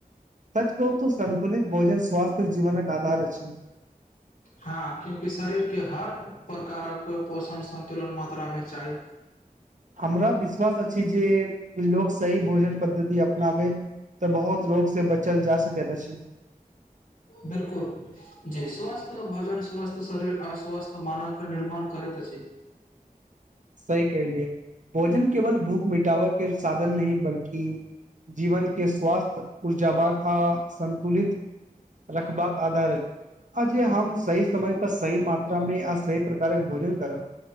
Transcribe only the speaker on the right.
सच कहू त सन्तुलित भोजन स्वास्थ्य जीवनक आधार अछि
हमरा विश्वास अछि जे लोक सही भोजन पद्धति अपनाबै तऽ बहुत रोगसँ बचल जा सकैत अछि
सही कलिय भोजन केवल भूख मिटाव के साधन नहि बल्कि जीवन के स्वास्थय ऊर्जावान आ संन्तुलित रखबाक आधार अछि अ जे हम सहि समय पर सहि मात्रा मे य सही प्र भोजन करब